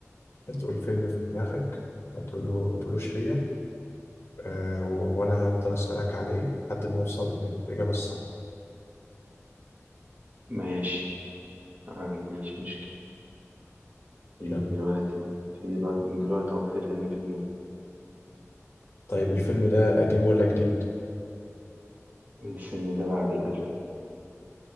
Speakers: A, on the left; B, on the right.
A: هتقول فيلم في دماغك ما تقوله تقولوش ليا أه و... وأنا هفضل أسألك عليه لحد ما أوصل للإجابة الصح
B: ماشي ما عنديش مشكلة في
A: يلا
B: دلوقتي في دلوقتي من دلوقتي أهو في فيلم في دماغي
A: طيب الفيلم ده قديم ولا جديد؟
B: الفيلم ده بعد الألفين